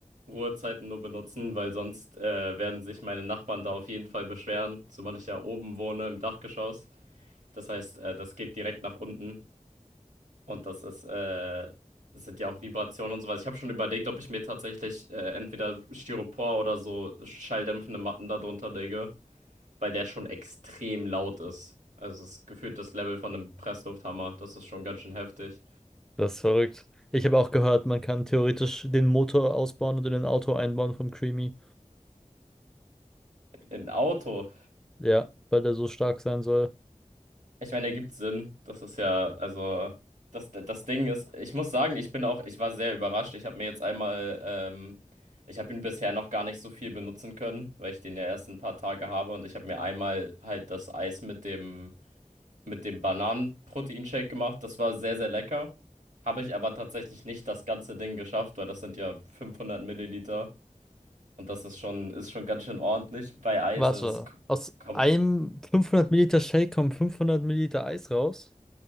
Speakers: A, on the right (about 75°); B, in the centre.
A: Ruhezeiten nur benutzen, weil sonst äh, werden sich meine Nachbarn da auf jeden Fall beschweren, zumal ich ja oben wohne im Dachgeschoss. Das heißt, äh, das geht direkt nach unten und das ist, äh, das sind ja auch Vibrationen und sowas. Ich habe schon überlegt, ob ich mir tatsächlich äh, entweder Styropor oder so schalldämpfende Matten da drunter lege, weil der schon extrem laut ist. Also es ist gefühlt das Level von einem Presslufthammer. Das ist schon ganz schön heftig.
B: Das ist verrückt. Ich habe auch gehört, man kann theoretisch den Motor ausbauen und in ein Auto einbauen vom Creamy.
A: Ein Auto.
B: Ja, weil der so stark sein soll.
A: Ich meine, ergibt Sinn. Das ist ja, also, das, das Ding ist, ich muss sagen, ich bin auch, ich war sehr überrascht. Ich habe mir jetzt einmal, ähm, ich habe ihn bisher noch gar nicht so viel benutzen können, weil ich den ja erst ein paar Tage habe und ich habe mir einmal halt das Eis mit dem, mit dem Bananen-Proteinshake gemacht. Das war sehr, sehr lecker. Habe ich aber tatsächlich nicht das ganze Ding geschafft, weil das sind ja 500 Milliliter und das ist schon, ist schon ganz schön ordentlich bei Eis.
B: Warte,
A: Also, es k-
B: aus
A: kommt
B: einem 500 Milliliter Shake kommen 500 Milliliter Eis raus?